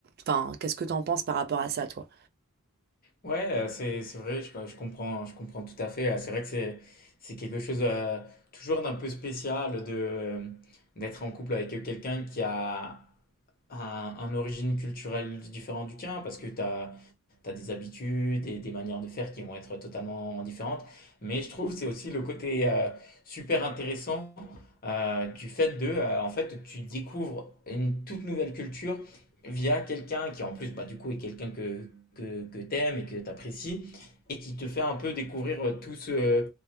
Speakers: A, on the right (about 45°); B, on the left (about 45°).
A: enfin, qu'est-ce que t'en penses par rapport à ça, toi?
B: Ouais, euh, c'est c'est vrai, je, je comprends, je comprends tout à fait. Euh, C'est vrai que c'est c'est quelque chose euh, toujours d'un peu spécial de euh, d'être en couple avec quelqu'un qui a un, un origine culturelle différente du tien, parce que tu as, des habitudes et des manières de faire qui vont être totalement différentes. Mais je trouve que c'est aussi le côté euh, super intéressant euh, du fait de, euh, en fait, tu découvres une toute nouvelle culture via quelqu'un qui, en plus, bah, du coup, est quelqu'un que, que, que t'aimes et que t'apprécies, et qui te fait un peu découvrir euh, tout ce-